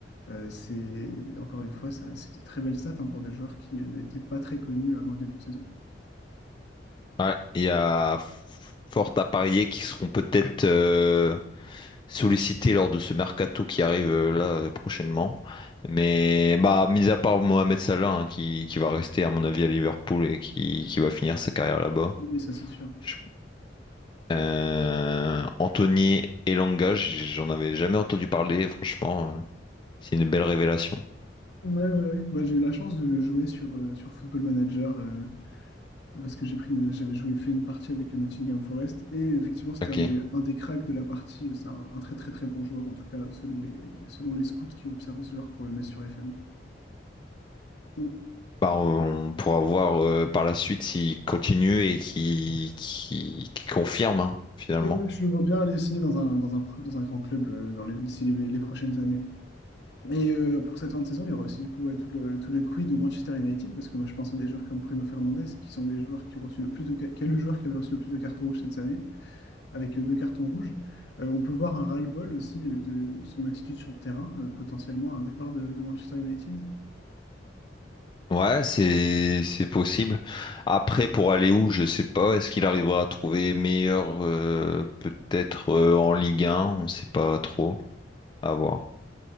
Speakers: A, on the left; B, on the left.
A: Euh, c'est, encore une fois, ça, c'était très belle stat hein, pour des joueurs qui euh, n'étaient pas très connus avant le début de saison.
B: ouais, il y a f- fort à parier qu'ils seront peut-être euh, sollicité lors de ce mercato qui arrive euh, là euh, prochainement. Mais bah, mis à part Mohamed Salah hein, qui, qui va rester à mon avis à Liverpool et qui, qui va finir sa carrière là-bas.
A: Mais ça, c'est sûr.
B: Je- Euh, Anthony Elanga, j- j'en avais jamais entendu parler, franchement, euh, c'est une belle révélation.
A: Ouais, ouais, ouais. Moi, j'ai eu la chance de le jouer sur, euh, sur Football Manager euh, parce que j'ai pris une- j'avais joué, fait une partie avec Nottingham Forest et effectivement, c'était
B: Ok.
A: un des, un des cracks de la partie. Euh, C'est un, un très, très, très bon joueur, en tout cas, selon les, selon les scouts qui ont observé ce joueur pour le mettre sur FM. Mm.
B: Bah, on pourra voir euh, par la suite s'il continue et qui, qui, confirme hein, finalement.
A: Ouais, ouais, je le vois bien aller signer dans un, dans un, dans un grand club euh, dans les, d'ici les les prochaines années. Et euh, pour cette fin de saison, il y aura aussi du coup ouais, tout le, tout le quiz de Manchester United, parce que moi je pense à des joueurs comme Bruno Fernandes, qui sont les joueurs qui ont reçu le plus de, ca- qui est le joueur qui a reçu le plus de cartons rouges cette année, avec euh, deux cartons rouges. Euh, on peut voir un ras-le-bol aussi euh, de son attitude sur le terrain, euh, potentiellement un départ de, de Manchester United.
B: Ouais, c'est c'est possible. Après, pour aller où, je sais pas. Est-ce qu'il arrivera à trouver meilleur, euh, peut-être euh, en Ligue 1, on sait pas trop. À voir.